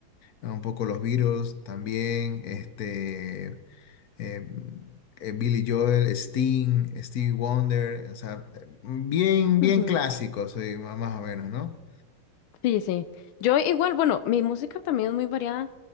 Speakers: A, on the left; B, on the left.
A: un poco los Beatles también, este. eh, mm, eh, Billy Joel, Sting, Stevie Wonder, o sea, eh, bien,
B: <laughs>
A: bien clásicos, sí, ma- más o menos, ¿no?
B: Sí, sí. Yo igual, bueno, mi música también es muy variada